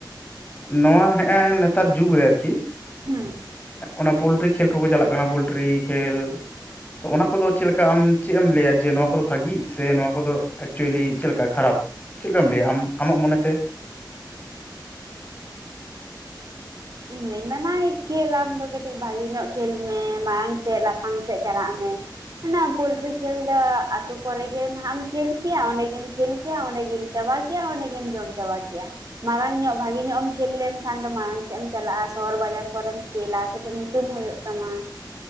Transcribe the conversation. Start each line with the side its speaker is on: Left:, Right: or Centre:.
Left: ᱱᱚᱣᱟ ᱦᱮᱜᱼᱮ ᱱᱮᱛᱟᱨ ᱡᱩᱜᱽ ᱨᱮ ᱟᱨᱠᱤ
Right: ᱦᱩᱸ
Left: ᱚᱱᱟ ᱯᱚᱞᱴᱨᱤ ᱠᱷᱮᱞ ᱠᱚᱜᱮ ᱪᱟᱞᱟᱜ ᱠᱟᱱᱟ ᱯᱚᱞᱴᱨᱤ ᱠᱷᱮᱞ ᱛᱚ ᱚᱱᱟ ᱠᱚᱫᱚ ᱪᱮᱫ ᱞᱮᱠᱟ ᱟᱢ ᱪᱮᱫ ᱮᱢ ᱞᱟᱹᱭᱟ ᱡᱮ ᱱᱚᱣᱟ ᱠᱚᱫᱚ ᱵᱷᱟᱜᱤ ᱥᱮ ᱱᱚᱣᱟ ᱠᱚᱫᱚ ᱮᱠᱪᱩᱭᱮᱞᱤ ᱪᱮᱫ ᱞᱮᱠᱟ ᱠᱷᱟᱨᱟᱯ ᱪᱮᱫ ᱞᱮᱠᱟᱢ ᱞᱟᱹᱭᱟ ᱟᱢ ᱟᱢᱟᱜ ᱢᱚᱱᱮ ᱛᱮ
Right: ᱤᱧ ᱫᱩᱧ ᱢᱮᱱᱟ ᱠᱷᱮᱞ ᱟᱢ ᱫᱚ ᱠᱟᱹᱴᱤᱡ ᱵᱷᱟᱞᱮ ᱧᱚᱜ ᱠᱷᱮᱞ ᱢᱮ ᱢᱟᱲᱟᱝ ᱥᱮᱫ ᱞᱟᱯᱷᱟᱝ ᱥᱮᱫ ᱪᱟᱞᱟᱜ ᱢᱮ᱾ ᱯᱚᱞᱴᱨᱤ ᱠᱷᱮᱞ ᱫᱚ ᱟᱛᱳ ᱠᱚᱨᱮ ᱜᱮ ᱱᱟᱦᱟᱜ ᱮᱢ ᱠᱷᱮᱞ ᱠᱮᱭᱟ ᱚᱸᱰᱮ ᱜᱮᱢ ᱠᱷᱮᱞ ᱠᱮᱭᱟ ᱚᱸᱰᱮ ᱜᱮᱢ ᱪᱟᱵᱟ ᱠᱮᱜᱼᱟ ᱚᱸᱰᱮ ᱜᱮᱢ ᱡᱚᱢ ᱪᱟᱵᱟ ᱠᱮᱜᱼᱟ ᱢᱟᱲᱟᱝ ᱧᱚᱜ ᱵᱷᱟᱹᱜᱤ ᱧᱚᱜ ᱮᱢ ᱠᱷᱮᱞ ᱞᱮᱱᱠᱷᱟᱱ ᱫᱚ ᱢᱟᱲᱟᱝ ᱥᱮᱫ ᱮᱢ ᱪᱟᱞᱟᱜᱼᱟ ᱥᱚᱦᱚᱨ ᱵᱟᱡᱟᱨ ᱠᱚᱨᱮᱢ ᱠᱷᱮᱞᱟ ᱠᱟᱹᱴᱤᱡ ᱧᱩᱛᱩᱢ ᱦᱩᱭᱩᱜ ᱛᱟᱢᱟ